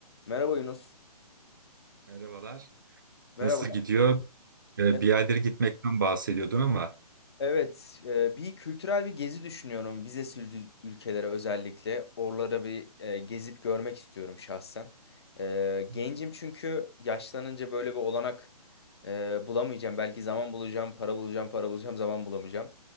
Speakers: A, on the left; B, on the right.
A: Merhaba Yunus.
B: Merhabalar.
A: Merhaba.
B: Nasıl gidiyor? Ee,
A: E-
B: Bir yerlere gitmekten bahsediyordun ama
A: Evet, e, bir kültürel bir gezi düşünüyorum vizesiz ül- ülkelere özellikle. Oralara bir e, gezip görmek istiyorum şahsen. E,
B: Hmm.
A: Gencim çünkü yaşlanınca böyle bir olanak e, bulamayacağım. Belki zaman bulacağım, para bulacağım, para bulacağım, zaman bulamayacağım.